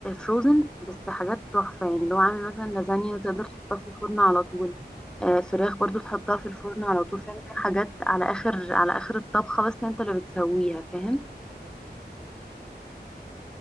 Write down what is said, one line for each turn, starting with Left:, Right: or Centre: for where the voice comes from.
Centre: فروزن بس حاجات تحفه يعني اللي هو عامل مثلا لازانيا وتقدر تحطها في الفرن على طول آه،
Right: بجد
Centre: فراخ برضو تحطها في الفرن على طول فاهم حاجات على اخر على اخر الطبخه بس انت اللي بتسويها فاهم
Right: بجد والله اه